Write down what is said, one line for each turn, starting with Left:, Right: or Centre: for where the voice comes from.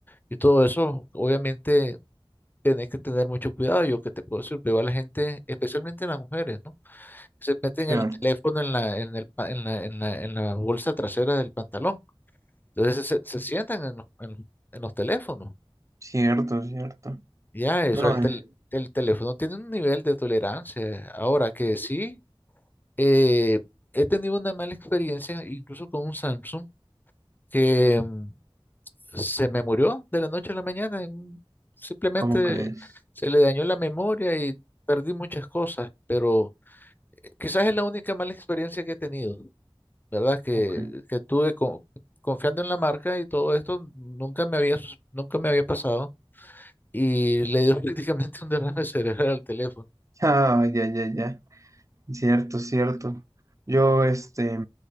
Left: y todo eso, obviamente tenés que tener mucho cuidado. Yo que te puedo decir, veo a la gente, especialmente las mujeres, ¿no? Que se meten
Right: cierto,
Left: el teléfono en la, en el, pa- en la, en la, en la bolsa trasera del pantalón. Entonces se, se sientan en, los en- en los teléfonos.
Right: cierto, cierto.
Left: Ya, eso,
Right: No,
Left: el, tel-
Right: eh,
Left: el teléfono tiene un nivel de tolerancia. Ahora que sí, eh, he tenido una mala experiencia, incluso con un Samsung, que... mm, se me murió de la noche a la mañana. en- Simplemente
Right: ¿cómo crees?
Left: se le dañó la memoria y perdí muchas cosas, pero quizás es la única mala experiencia que he tenido, ¿verdad? Que,
Right: Ok. <laughs>
Left: que tuve con- confiando en la marca y todo esto, nunca me había, sus- nunca me había pasado y le dio <laughs> prácticamente un derrame cerebral al teléfono.
Right: Ah, ya, ya, ya. Cierto, cierto. Yo, este,